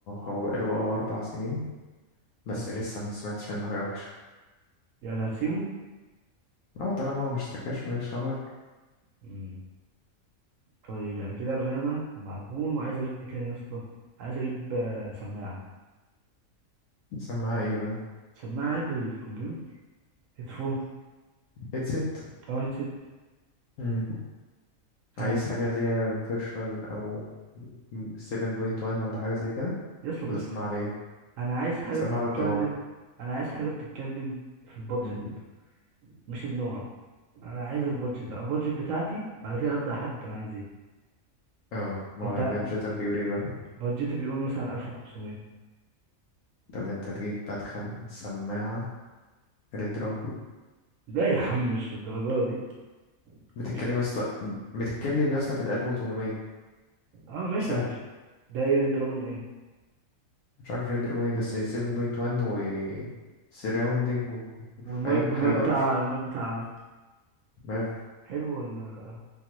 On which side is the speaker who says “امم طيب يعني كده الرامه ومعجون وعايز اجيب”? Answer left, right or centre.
Right